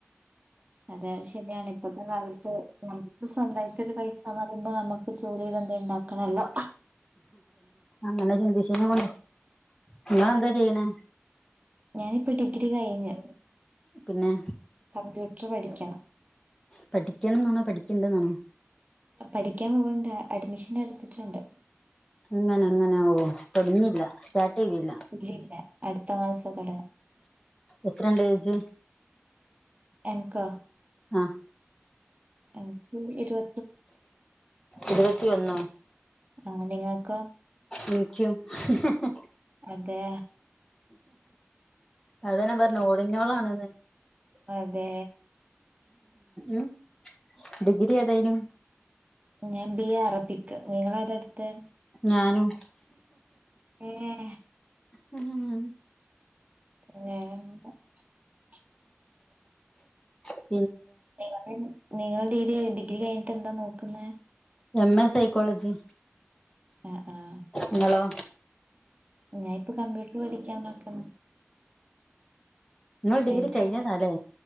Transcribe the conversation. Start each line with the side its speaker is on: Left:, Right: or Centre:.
Right: അതെ ശരിയാണ് ഇപ്പഴത്തെ കാലത്ത് നമുക്ക് സ്വന്തമായിട്ടൊ ഒരു പൈസന്ന് പറയുമ്പോ നമുക്ക് ജോലി ചെയ്ത എ ഉണ്ടാക്കണല്ലോ?
Left: അതെ അ. ചന്ന മ <unintelligible> നിങ്ങൾ എന്താ ചെയ്യണേ?
Right: ഞാനിപ്പോ ഡിഗ്രി കഴിഞ്ഞു.
Left: പിന്നെ
Right: ടുടർ പഠിക്കണം.
Left: പഠിക്കണംന്നാണോ പഠിക്കണ്ടന്നാണോ?
Right: പഠിക്കാൻ പോകണ്ട് അഡ്മിഷൻ എടുത്തിട്ടുണ്ട്.
Left: ഇങ്ങന ഇങ്ങനെഓ തൊടങ്ങീല്ല സ്റ്റാ ല്ല
Right: ഇല്ലില്ല അടുത്ത മാസം തൊടങ്ങും
Left: എത്രണ്ട്ജ്
Right: എനക്കൊ
Left: ആഹ്
Right: എനക്ക് ഇരുപ
Left: ഇരുപത്തി ഒന്നോ
Right: ആ നിങ്ങക്കോ
Left: എനിക്കും. <unintelligible>
Right: അതെ.
Left: അതന്നെ പറഞ്ഞു ഓലിന്നോളാണ്.
Right: അതെ.
Left: ഉം ഉ ഡിഗ്രി ഏതായിനു?
Right: ഞാൻ ബി എ അറബിക്ക് നിങ്ങള ഏതടുതെ?
Left: ഞാനും
Right: ഉഏ
Left: ഉം
Right: ഉഹ
Left: ഉ
Right: നിങ്ങള നിങ്ങള ഡിഗ്രി കഴിഞ്ഞിട്ട് എന്താ നോക്കുന്നെ?
Left: M A psychology.
Right: ആഹ് ആഹ്
Left: നിങ്ങളോ
Right: ഞാൻ ഇപ്പൊ കമ്പ്യൂട്ടർ പഠിക്കാ നോക്കണം.
Left: നിങ്ങൾ ഡിഗ്രി
Right: എനക്ക്
Left: കഴിഞ്ഞതാല്ലേ